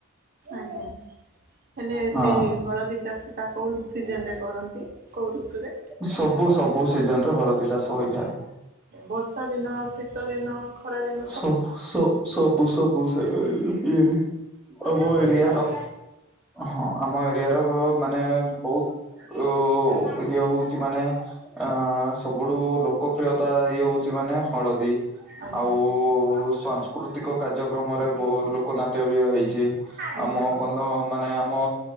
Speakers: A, on the right (about 45°); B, in the centre.
A: ଆଜ୍ଞା ହେଲେ ସେଇ
B: ହଁ
A: ହଳଦୀ ଚାଷଟା କେଉଁ ସିଜନ ରେ କରନ୍ତି କେଉଁ ଋତୁରେ?
B: ସବୁ ସବୁ ସିଜନ ରେ ହଳଦୀ ଚାଷ ହୋଇଥାଏ?
A: ବର୍ଷା ଦିନ, ଶୀତ ଦିନ ଖରା ଦିନ
B: ସବୁ ସ ସବୁ ସବୁ ସେ ଇଏରେ। ଆମ
A: ଭଲ
B: ଏରିଆ
A: ଆଉ
B: ର ହଁ ଆମ ଏରିଆ ର ମାନେ ବହୁତ ଓ ଇଏ ହଉଛି ମାନେ ଅ ସବୁଠୁ ଲୋକପ୍ରିୟତା ଇଏ ହଉଛି ମାନେ ହଳଦୀ।
A: ଆଜ୍ଞା।
B: ଆଉ ସାଂସ୍କୃତିକ କାର୍ଯ୍ୟକ୍ରମରେ ବହୁ ଲୋକ ନାଟ୍ୟ ବି ହେଇଛି।
A: ଆଜ୍ଞା
B: ଆମ
A: ଆଜ୍ଞା।
B: କନ୍ଧ ମାନେ ଆମ